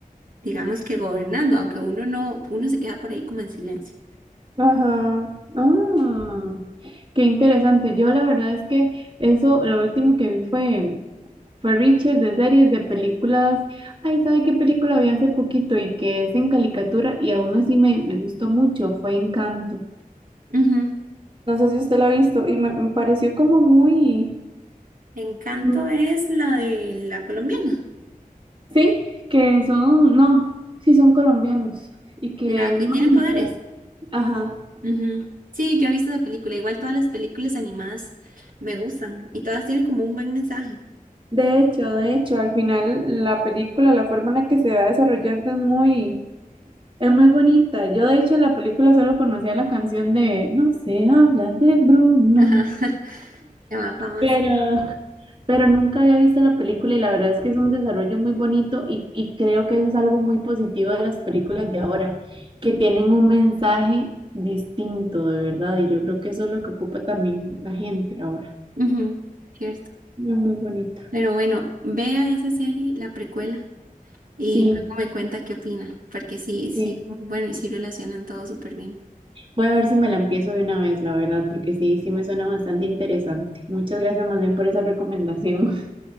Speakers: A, on the right (about 70°); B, on the right (about 35°).
A: digamos que gobernando, aunque uno no, uno se queda por ahí como en silencio.
B: Ajá, ah, qué interesante. Yo la verdad es que eso, lo último que vi fue Fue Richard de series, de películas. Ay, ¿sabe qué película vi hace poquito y que es en caricatura y aún así me, me gustó mucho? Fue Encanto.
A: Ujú.
B: No sé si usted la ha visto y me, me pareció como muy...
A: Encanto
B: Mm,
A: es la de la colombiana,
B: Sí, que son, no, sí son colombianos y que
A: la que
B: es mágica.
A: tiene poderes.
B: Ajá.
A: Ujú. Sí, yo he visto esa película. Igual todas las películas animadas me gustan y todas tienen como un buen mensaje.
B: De hecho, de hecho, al final la película, la forma en la que se va desarrollando es muy, es muy bonita. Yo de hecho la película solo conocía la canción de No se habla de Bruno.
A: Ajá. <laughs> La más famosa.
B: Pero, pero nunca había visto la película y la verdad es que es un desarrollo muy bonito y, y creo que eso es algo muy positivo de las películas de ahora, que tienen un mensaje distinto de verdad y yo creo que eso es lo que ocupa también la gente ahora.
A: Ujú, Cierto.
B: Muy, muy bonito.
A: Pero bueno, vea esa serie, la precuela. y
B: Sí,
A: luego me cuenta qué opina, porque sí, sí,
B: sí.
A: es muy bueno y sí relacionan todo súper bien.
B: Voy a ver si me la empiezo de una vez, la verdad, porque sí, sí me suena bastante interesante. Muchas gracias más bien por esa recomendación. <laughs>